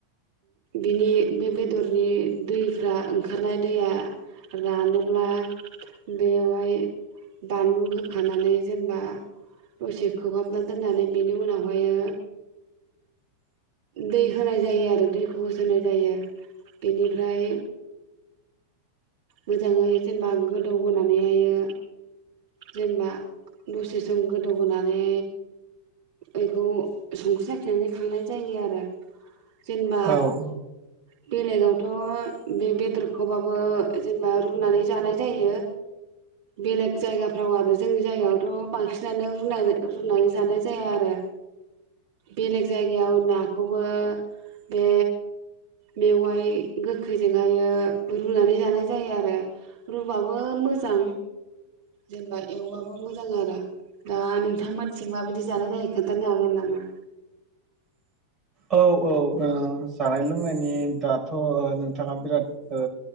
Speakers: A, on the right (about 50°); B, on the right (about 20°).
A: बिनि बे बेदरनि दैफ्रा ओंखारनाय दैया रानोब्ला बेयावहाय बानलु होखानानै जेनेबा दसे खोबहाबना दोननानै बेनि उनावहायो दै होनाय जायो आरो दैखौ होसनाय जायो बेनिफ्राय मोजाङै जेनेबा गोदौहोनानैहायो जेनेबा दसे सम गोदौहोनानै एखौ संख्रि साखिनानै खांनाय जायो आरो जेनेबा
B: औ औ
A: बेलेगावथ बे बेदरखौबाबो जेनेबा रुनानै जानाय जायो बेलेग जायगाफ्राव आरो जोंनि जायगायावथ' बांसिनानो रुनानै रुनानै जानाय जाया आरो बेलेग जायगायाव नाखौबो। बे। मेवाइ गोखैजोंहायो रुनानै जानाय जायो आरो रुबाबो मोजां जेनेबा एवबाबो मोजां आरो दा नोंथांमोनसिं माबायदि जानाय जायो खोनथानो हागोन नामा?
B: औ औ ओ जानाय लोंनायनि दाथ नोंथाङा बिराद ओ